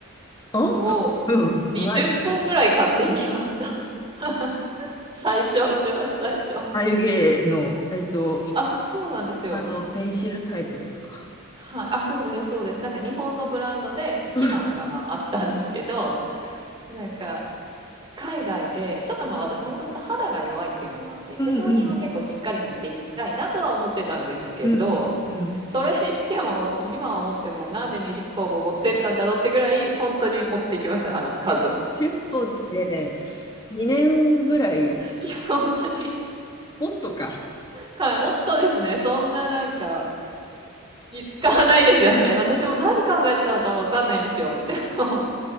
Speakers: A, on the left (about 20°); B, on the right (about 25°).
A: あうん、
B: ーを20本ぐらい買っていきました
A: ま、
B: <laughs> 最初一番最初
A: 眉毛の、えっと、
B: あそうなんですよ
A: あの、ペンシルタイプですか。
B: はい、あ、そうです、そうです。なんか日本のブランドで好きなのがまああったんですけど、
A: うん、
B: なんか海外で、ちょっとまあ私もともと肌が弱いっていうのもあって、
A: うん、
B: 化粧品は結構しっかり持っていきたいなとは思ってたんですけど、
A: うん、うん。うん
B: それにしても、今思ってもなんで20本も持ってったんだろうってぐらい、本当に持ってきました、あの数を。
A: 10本っぽんって2年ぐらい、
B: いや、本当に。
A: もっとか。
B: はい、もっとですね、そんななんか、使わないですよね。私も何考えてたのかわかんないんですよ。でも、